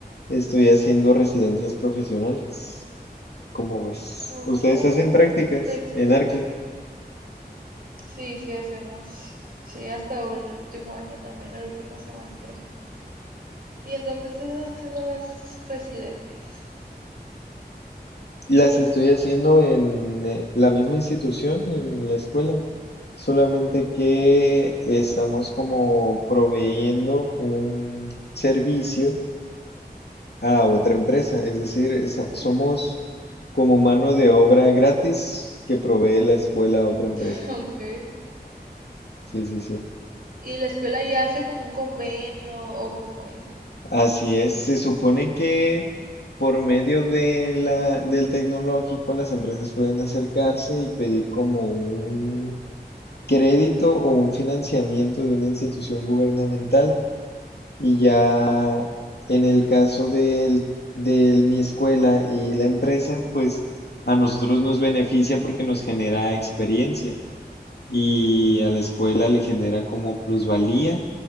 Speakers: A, on the left (about 75°); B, on the right (about 60°).
A: Estoy haciendo residencias profesionales. ¿Cómo ves?
B: Oh,
A: ¿Ustedes hacen prácticas
B: residencias.
A: en Arque?
B: Sí, sí hacemos. Sí, hasta el último año también, el último semestre. ¿Y en dónde estás haciendo las residencias?
A: Las estoy haciendo en eh, la misma institución, en la escuela, solamente que estamos como proveyendo un servicio a otra empresa, es decir, esa- somos
B: Ujú,
A: como mano de obra gratis que provee la escuela a otra empresa.
B: <laughs> Ok.
A: Sí, sí, sí.
B: ¿Y la escuela ya hace como un convenio o cómo es?
A: Así
B: Mm,
A: es, se supone que por medio de la, del tecnológico las empresas pueden acercarse y pedir como un crédito o un financiamiento de una institución gubernamental y ya en el caso del, de mi escuela y la empresa, pues a nosotros nos beneficia porque nos genera experiencia y a la escuela le genera como plusvalía